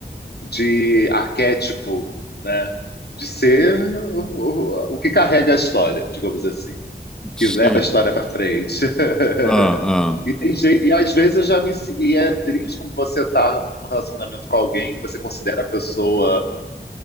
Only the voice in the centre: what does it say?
Sim.
Ah, ah.